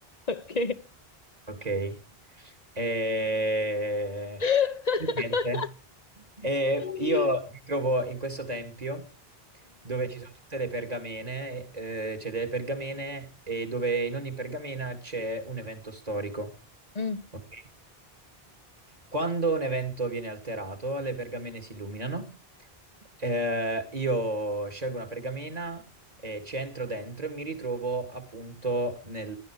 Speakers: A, on the left (about 40°); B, on the right (about 40°).
A: Ok.
B: Ok. E...
A: <laughs>
B: Niente. E
A: Mhm.
B: io mi trovo in questo tempio dove ci sono tutte le pergamene, eh, c'è delle pergamene e dove in ogni pergamena c'è un evento storico.
A: Mm.
B: Ok? Quando un evento viene alterato, le pergamene si illuminano. Eh, io scelgo una pergamena, e ci entro dentro e mi ritrovo appunto nel-